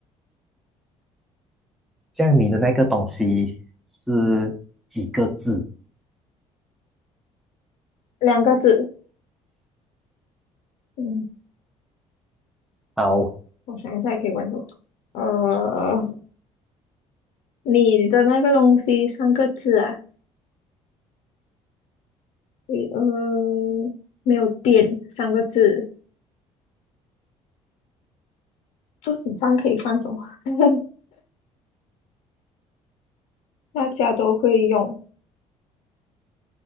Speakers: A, in the centre; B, on the left.
A: 像你的那个东西是几个字？
B: 两个字。嗯，
A: 好，
B: 我想一下可以问什么？呃，你的那个东西三个字啊？你呃，没有电三个字。桌子上可以放什么？<laughs> 大家都会用。